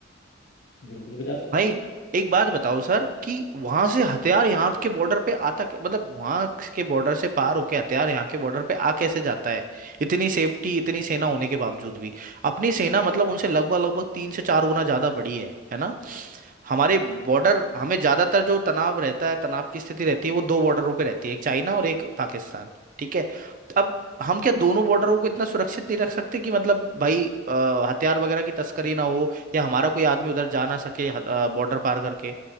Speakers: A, on the left; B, on the right.
A: बिल्कुल भी जा सकते
B: भाई
A: हैं
B: एक बात बताओ सर कि वहां से हथियार यहाँ के बॉर्डर पे आता कै- मतलब वहां के बॉर्डर से पार होके हथियार यहाँ के बॉर्डर पे आ कैसे जाता है इतनी सेफ्टी इतनी सेना होने के बावजूद भी अपनी सेना मतलब उनसे लगभग लगभग तीन से चार गुना ज्यादा बड़ी है है ना हमारे बॉर्डर हमें ज्यादातर जो तनाव रहता है तनाव की स्थिति रहती है वो दो बॉर्डरों पे रहती है एक चाइना और एक पाकिस्तान ठीक है अब हम क्या दोनों बॉर्डरों को इतना सुरक्षित नहीं रख सकते कि मतलब भाई अ, हथियार वगैरह की तस्करी ना हो या हमारा कोई आदमी उधर जा ना सके बॉर्डर पार करके